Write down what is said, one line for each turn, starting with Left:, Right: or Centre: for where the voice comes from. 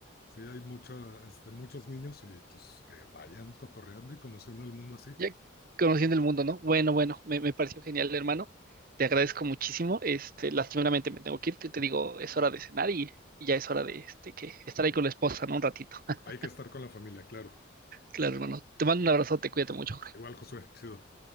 Left: sí hay mucho, este, muchos niños y pues que vayan cotorreando y conociendo el mundo así.
Right: ya conociendo el mundo, ¿no? Bueno, bueno, me, me pareció genial, hermano. Te agradezco muchísimo. Este, lastimeramente me tengo que ir. Te, te digo, es hora de cenar y, y ya es hora de este, que estar ahí con la esposa, ¿no? Un ratito. <laughs>
Left: Hay que estar con la familia, claro.
Right: Claro, hermano. Te mando un abrazo, te cuídate mucho, Jorge.
Left: Igual, Josué, chido.